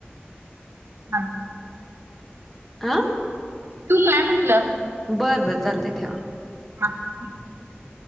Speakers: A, on the right; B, in the centre.
A: हा..
B: आ..
A: तू काय म्हंटलं?
B: बरं बरं चालतंय ठेवा.
A: <inaudible>